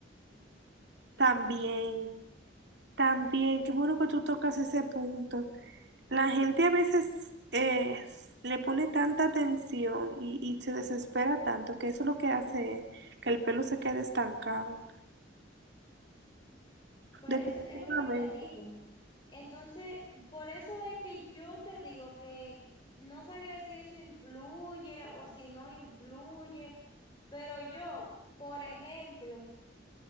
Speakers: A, on the right; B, on the left.
A: También, también, qué bueno que tú tocas ese punto. La gente a veces eh, le pone tanta atención y, y se desespera tanto que eso es lo que hace que el pelo se quede estancado.
B: Pero
A: Definitivamente.
B: eso es lo que te digo. Entonces, por eso es que yo te digo que no sabría si eso influye o si no influye, pero yo, por ejemplo,